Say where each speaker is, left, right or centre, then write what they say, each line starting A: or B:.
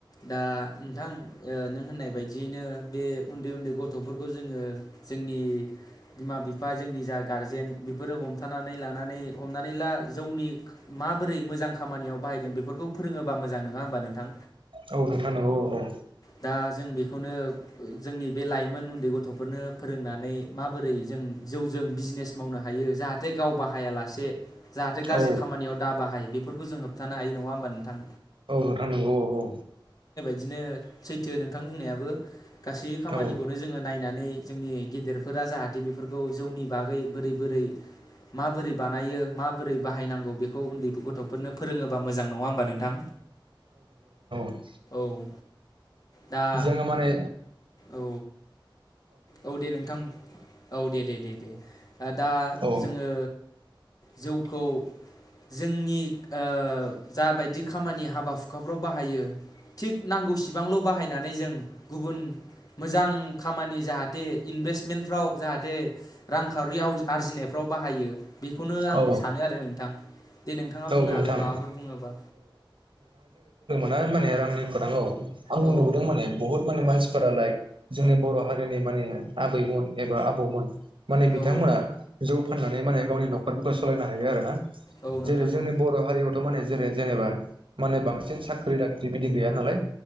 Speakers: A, on the left; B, on the right.
A: दा नोंथां, नों होननाय बायदि बिदियैनो बे उन्दै उन्दै गथ'फोरखौ जोङो जोंनि बिमा बिफा जोंनि जा गारजेन बेफोरो हमथानानै लानानै हमनानै ला जौनि माबोरै मोजां खामानियाव बाहायगोन बेफोरखौ फोरोङोबा मोजां नङा होनबा नोंथां?
B: औ नोंथां नंगौ औ औ।
A: दा जों बेखौनो जोंनि बे लाइमोन उन्दै गथ'फोरनो फोरोंनानै माबोरै जों जौजों बिजनेस मावनो हायो जाहाथे गाव बाहायालासे जाहाथे गाज्रि
B: औ
A: खामानियाव दा बाहाय बेफोरखौ जोङो थानो हायो नङा होमबा नोंथां?
B: औ ओ आ नोंगौ औ औ
A: बिदिनो सैथो नोंथां बुंनायाबो गासै खामानिखौनो
B: औ
A: जोङो नायनानै जोंनि गेदेरफोरा जाहाथे बेफोरखौ जौनि बागै बोरै बोरै माबोरै बानायो माबोरै बाहायनांगौ बेखौ उन्दै गथफोरनो फोरोङोबा मोजां नङा होमबा नोंथां
B: बि
A: औ दा
B: जोङो माने
A: औ औ दे नोंथां औ दे दे दे दे दा
B: औ
A: जोङो जौखौ जोंनि ओ जाबायदि खामानि हाबा हुखाफ्राव बाहायो थिग नांगौसिबांल बाहायनानै जों गुबुन मोजां खामानि जाहाथ दि इनभेस्टमेन्टफ्राव जाहाथे रांखावरियाव आरजिनायफ्राव बाहायो बेखौनो आं
B: औ
A: सानो आरो नोंथां दे नोंथाङा
B: औ
A: बुंनो
B: नोंथां
A: हागोन माबाफोर बुङोबा
B: मा माने रांनिखौ नांगौ आं
A: औ
B: नुबोदों माने बहुत माने मानसिफोरा लाइक जोंनि बर हारिनि माने आबैमोन एबा आबौमोन माने
A: औ
B: बिथांमोना जौ फाननानै माने गावनि नखरफोरखौ सलायनो हायो आरो ना
A: औ नोंथां
B: जेरै जोंनि
A: औ
B: बर हारियावथ माने जेरै जेनेबा माने बांसिन साख्रि दाख्रि बिदि गैया नालाय